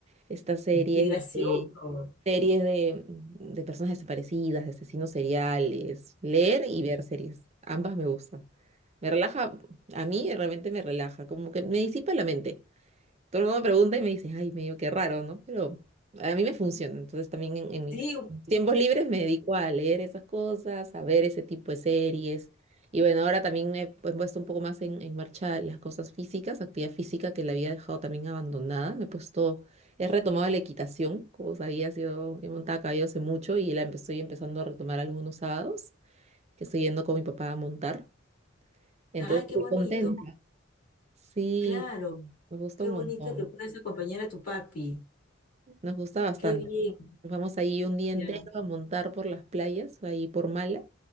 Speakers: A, on the right (about 35°); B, on the left (about 45°).
A: estas series
B: qué gracioso.
A: de, series de, de personas desaparecidas, de asesinos seriales, leer y ver series, ambas me gustan. Me relaja, a mí realmente me relaja, como que me disipa la mente. Todo el mundo me pregunta y me dice, ay, medio que raro, ¿no? Pero a mí me funciona. Entonces también en, en mis
B: Sí,
A: tiempos libres me dedico a leer esas cosas, a ver ese tipo de series. Y bueno, ahora también me he pu- he puesto un poco más en, en marcha las cosas físicas, actividad física que la había dejado también abandonada. Me he puesto, he retomado la equitación, como sabías, yo he montado a caballo hace mucho y la empe- estoy empezando a retomar algunos sábados, que estoy yendo con mi papá a montar. Entonces
B: ay, qué
A: estoy
B: bonito,
A: contenta. Sí,
B: claro,
A: me gusta
B: qué
A: un
B: bonito
A: montón,
B: que puedes acompañar a tu papi.
A: nos gusta bastante.
B: Qué bien,
A: Nos vamos ahí un día
B: ya.
A: entero a montar por las playas, ahí por Mala,